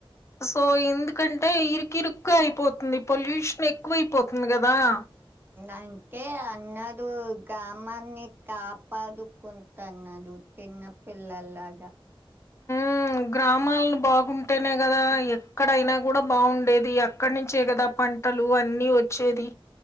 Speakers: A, on the left; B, on the right.
A: సో ఎందుకంటే ఇరుకిరుకుగా అయిపోతుంది పొల్యూషన్ ఎక్కువైపోతుంది కదా వా
B: అంతే అందరు గామాన్ని కాపాడుకుంటన్నారు చిన్నపిల్లాలాగా
A: ఆ గ్రామాలను బాగుంటేనే కదా ఎక్కడైనా కూడా బాగుండేది అక్కడ నుంచే కదా పంటలు అన్ని వచ్చేది